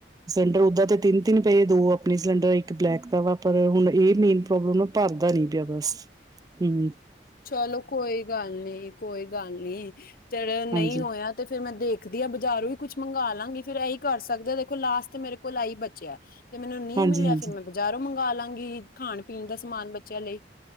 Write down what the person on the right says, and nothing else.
ਸਿਲੰਡਰ ਓਦਾਂ ਤੇ ਤਿੰਨ- ਤਿੰਨ ਪਏ, ਦੋ ਆਪਣੇ ਸਿਲੰਡਰ, ਇੱਕ ਬਲੈਕ ਦਾ ਵਾ, ਪਰ ਹੁਣ ਇਹ ਮੇਨ ਪ੍ਰੋਬਲਮ ਨਾ ਭਰਦਾ ਨੀ ਪਿਆ ਬਸ, ਹੂੰ।
ਹਾਂਜੀ
ਹਾਂਜੀ
ਹਾਂਜੀ